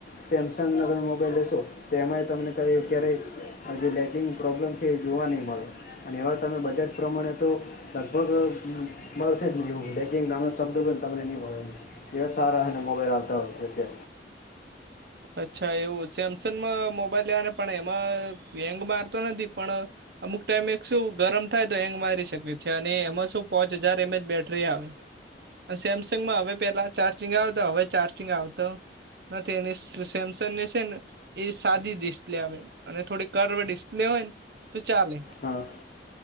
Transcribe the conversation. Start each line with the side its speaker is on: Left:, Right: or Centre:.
Left: સેમસંગના તમે મોબાઈલ લેશો તે એમાંય તમને ક ક્યારેય જે લેકિંગ પ્રોબ્લમ તે જોવા નહી મળે અને એવા તમે બજેટ પ્રમાણે તો- - લગભગ મળશે જ નહી, એવું બ કે નાનો શબ્દ બ તમને નહી મળે. એવ સારા અને મોબાઈલ આતા હો છે.
Right: અચ્છા એવું સેમસંગમાં મોબાઈલ લેવા ને પણ એમાં હેંગ મારતો નથી. પણ અમુક ટાઈમે એક શું ગરમ થાય તો હેંગ મારી શકે છે, અને એમાં શું પાંચ હજાર એમ એચ બેટરી આવે. સેમસંગમાં હવે પેલા ચાર્જિંગ આવતા હવે ચાર્જિંગ આવતો નથી, એની તો સેમસંગ ને છે ને એ સાદી ડિસ્પ્લે આવે અને થોડી કારવડી ડિસ્પ્લે હોય ને- - તું ચાલે.
Left: હા